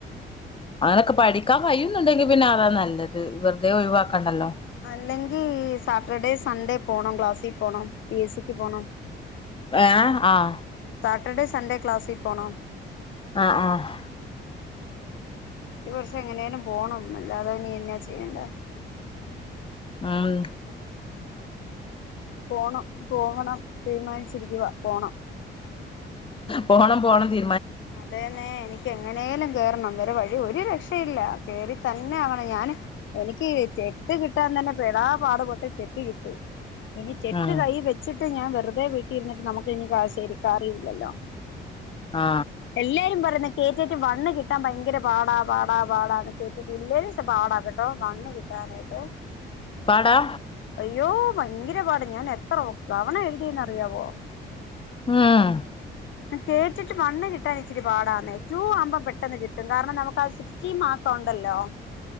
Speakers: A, on the left; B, on the left.
A: അങ്ങനൊക്കെ പഠിക്കാൻ കയിയുന്നുണ്ടെങ്കിൽ പിന്നെ അതാ നല്ലത് വെർ തേ ഒഴിവാക്കണ്ടല്ലോ.
B: അല്ലെങ്കി സാറ്റർഡേ സൺഡേ പോണം ക്ലാസ്സി പോണം പി എസിക്ക് പോണം.
A: ഏഹ് ആഹ്.
B: സാറ്റർഡേ സൺഡേ ക്ലാസിൽ പോണം.
A: ആഹ് ആഹ്.
B: ഒരു വർഷം എങ്ങനെയാലും പോണം അല്ലാതെ നീ എന്നാ ചെയ്യണ്ടെ.
A: ആഹ്.
B: പോണം പോകണം തീരുമാനിചി ട്ടിരിക്കുവാ പോണം.
A: പോണം പോണം തീ
B: അതേന്നെ എനി ക്കെങ്ങനേലും കേറണം വേറെ വഴി ഒരു രക്ഷയില്ല കേറി തന്നെയാവണം ഞാന് എനിക്ക് ചെട്ട് കിട്ടാൻ തന്നെ പെടാ പാട്പെട്ട് തെറ്റ് കിട്ടി ഇനി തെറ്റ്
A: ഉം
B: കയ്യി വെച്ചി ട്ട് ഞാൻ വെറുതെ വീട്ടിരുന്നിട്ട് നമുക്ക് ഇനിപ്പൊ അത് ശരിക്കറിയില്ലല്ലോ
A: ആ
B: എല്ലേരും പറിന്ന് കെ റ്റെറ്റ് വണ്ണ് കിട്ടാൻ ഭയങ്കര പാടാ പാടാ പാടാന്ന് കേ തെറ്റില്ലേലും സ് പാടാ കെട്ടോ വന്ന് കിട്ടാനായിട്ട്
A: പാടാ
B: അയ്യോ ഭയങ്കരപാട് ഞാൻ എത്ര തവണ എഴുതിന്നറിയാവോ
A: ഉം
B: <unintelligible> റ്റെറ്റ് വണ്ണ് കി ട്ടാനിച്ചിരി പാടാന്നേ റ്റു ആവ്മ്പൊ പെ ട്ടന്ന് കിട്ടും കാരണം നമുക്കാ സിക്സ്റ്റി മാർക്ക് ഒണ്ടല്ലോ